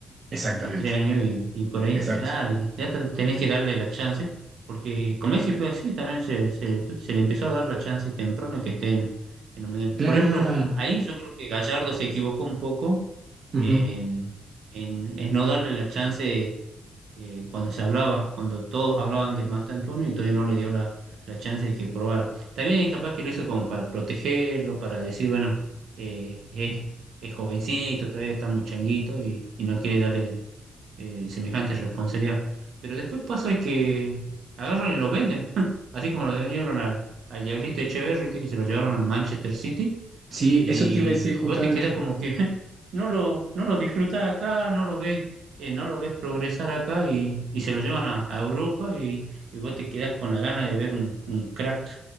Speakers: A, on the right (about 45°); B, on the right (about 70°).
A: Exactamente,
B: 23 años y, y por ahí,
A: exacto.
B: claro, que ya te- tenés que darle la chance, porque con Messi fue así, también se, se, se le empezó a dar la chance temprano que esté en, en el mundial.
A: Claro.
B: Por ejemplo, ahí yo creo que Gallardo se equivocó un poco
A: ujú.
B: en en, en no darle la chance eh, cuando se hablaba, cuando todos hablaban de Master Antonio y todavía no le dio la, la chance de que probara. También capaz que lo hizo como para protegerlo, para decir, bueno, eh, es, es jovencito, todavía está muy changuito y, y no quiere darle eh, semejante responsabilidad. Pero después pasa que agarran y lo venden, <laughs> así como lo vendieron al, al Diablito Echeverri, ¿viste? que se lo llevaron al Manchester City
A: Sí,
B: y,
A: eso te iba a decir justamente.
B: y vos te quedás como que <laughs> no lo, no lo disfrutás acá, no lo ves, eh, no lo ves progresar acá y, y se lo llevan a, a Europa y, y vos te quedás con la gana de ver un, un crack